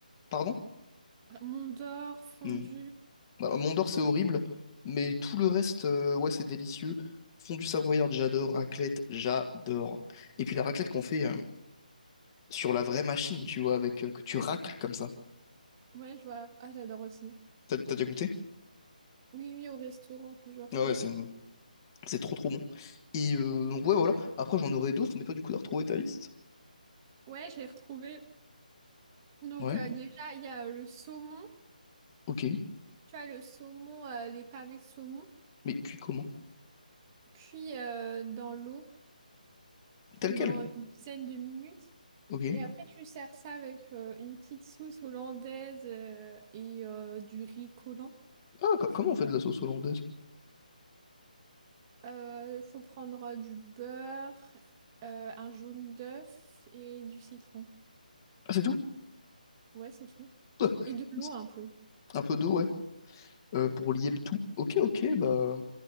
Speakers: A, on the left; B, on the right.
A: Pardon?
B: Mondor, fondu.
A: Hmm. Alors, Mondor, c'est horrible, mais tout le reste, euh, ouais, c'est délicieux. Fondue savoyarde, j'adore. Raclette, j'adore. Et puis la raclette qu'on fait euh, sur la vraie machine, tu vois, avec euh, que tu racles comme ça.
B: Ouais, je vois. Ah, j'adore aussi.
A: T'as t'as déjà goûté?
B: Oui, oui, au restaurant plusieurs
A: Ah
B: fois.
A: ouais, c'est c'est trop trop bon. Et euh, donc, ouais, voilà. Après, j'en aurais d'autres, mais toi, du coup, t'as retrouvé ta liste?
B: Ouais, je l'ai retrouvé. Donc,
A: Ouais,
B: euh, déjà, il y a euh, le saumon.
A: ok.
B: Tu vois, le saumon, euh, les pavés de saumon.
A: Mais puis comment?
B: Puis, euh, dans l'eau. pendant
A: Tel quel?
B: une dizaine de minutes.
A: Ok.
B: Et après, tu sers ça avec euh, une petite sauce hollandaise euh, et euh, du riz collant.
A: Ah, co- comment on fait de la sauce hollandaise?
B: Il faut prendre euh, du beurre, euh, un jaune d'œuf et du citron.
A: Ah, c'est tout?
B: Ouais, c'est tout.
A: <laughs> Ah, ouais.
B: Et de l'eau un peu.
A: Un peu d'eau, ouais. Euh, pour lier le tout. Ok, ok, bah.